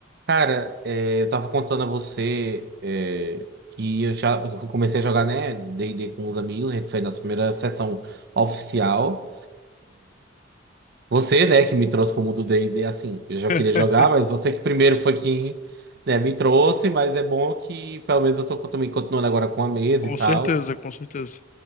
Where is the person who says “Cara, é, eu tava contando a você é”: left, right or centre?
Right